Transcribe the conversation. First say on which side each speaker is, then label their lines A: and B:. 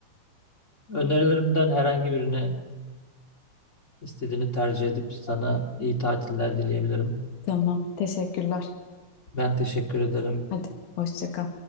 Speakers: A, on the left; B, on the left.
A: Önerilerimden herhangi birini İstediğini tercih edip sana iyi tatiller dileyebilirim.
B: Tamam, teşekkürler.
A: Ben teşekkür ederim.
B: Hadi hoşça kal.